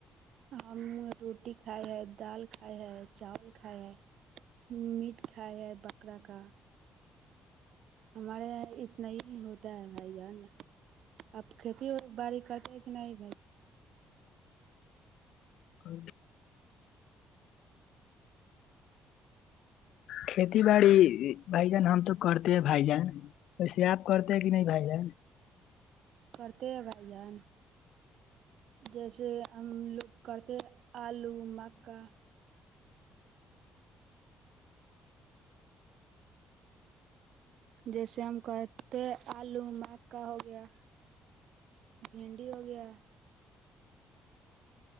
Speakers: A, on the right (about 70°); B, on the left (about 80°).
A: ہم روٹی کھائے ہیں دال کھائے ہے چاول کھائے ہیں میٹ کھایا ہے بکرا کا ہمارے یہاں اتنا ہی ہوتا ہے بھائی جان اب کھیتی باڑی کرتے ہے کہ نہیں
B: ہ کھیتی باڑی بھائی جان ہم تو کرتے ہیں بھائی جان وسے آپ کرتے کہ نہیں بھائی جان
A: کرتے ہوبئے جیسے ہم لوگ کرتے آلو مکا جیسے ہم کہتے آلو مکا ہو گیا بنڈی ہو گیا